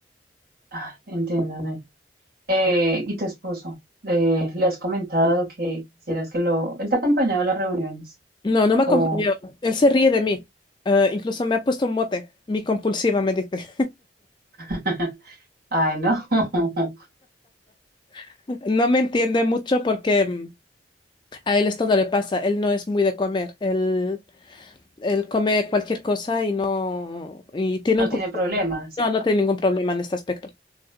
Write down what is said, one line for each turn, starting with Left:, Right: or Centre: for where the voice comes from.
Right: Ah, entiéndame. Eh, ¿y tu esposo? Eh, ¿le has comentado que quisieras que lo... Él te ha acompañado a las reuniones?
Left: No, no me acompañó.
Right: O...
Left: Él se ríe de mí. Eh, incluso me ha puesto un mote. Mi compulsiva me dice.
Right: <laughs> Ay, no. <laughs>
Left: <laughs> No me entiende mucho porque mm, a él esto no le pasa. Él no es muy de comer. Él, él come cualquier cosa y no y tiene
Right: No
Left: un
Right: tiene
Left: cuerpo.
Right: problemas.
Left: No, no tiene ningún problema en este aspecto.